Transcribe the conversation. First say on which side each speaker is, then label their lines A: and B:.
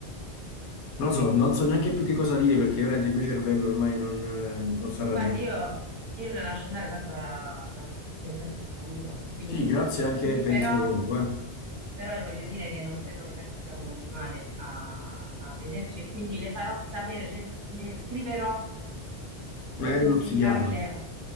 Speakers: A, on the left; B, on the right.
A: non lo so, non so neanche più che cosa dire perché veramente il mio cervello ormai non, non sta ragionando.
B: Guardi, io, io la lascio andare, tanto la, la sessione è tempo scaduto. Quindi,
A: Sì, grazie anche
B: l'uni-
A: per
B: però.
A: il suo tempo, eh.
B: Però le voglio dire che non credo che noi possiamo continuare a, a vederci e quindi le farò sapere, le, le scriverò
A: Magari
B: per consigliarle
A: uno psichiatra,